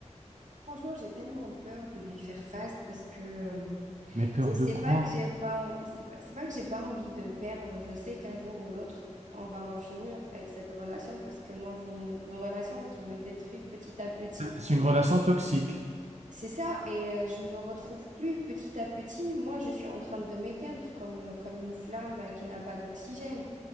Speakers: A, on the right; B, on the right.
A: Franchement, j'ai tellement peur de lui faire face parce que, euh,
B: Mais
A: Tu
B: peur
A: sais, C'est
B: de quoi?
A: pas que j'ai pas, en- c'est pas, c'est pas que j'ai pas envie de le perdre. Je sais qu'un jour ou l'autre, on va en finir avec cette relation parce que moi, c'est une, une relation qui me détruit petit à petit.
B: C'est une relation toxique.
A: C'est ça, et euh, je me retrouve plus petit à petit. Moi, je suis en train de m'éteindre comme, comme une flamme qui n'a pas d'oxygène.